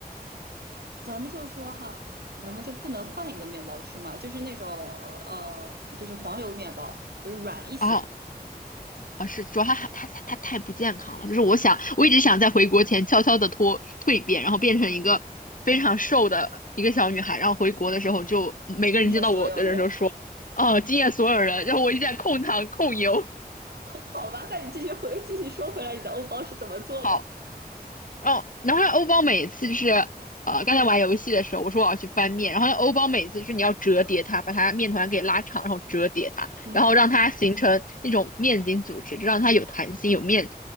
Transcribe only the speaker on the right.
<laughs> 咱们就说哈，咱们就不能换一个面包吃嘛？就是那种呃，就是黄油面包，就是软一些，
惊艳所有人。
好吧，那你继续回，继续说回来，你的欧包是怎么做的？
嗯